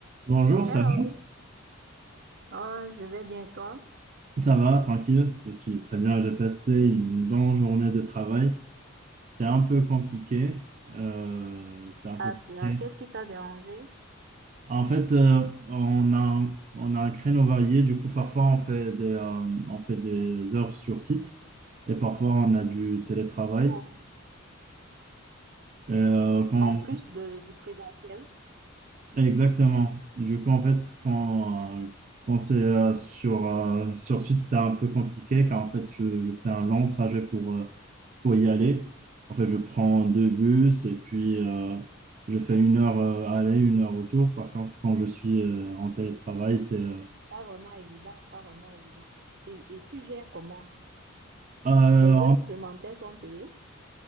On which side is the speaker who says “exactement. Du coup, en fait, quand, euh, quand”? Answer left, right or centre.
Right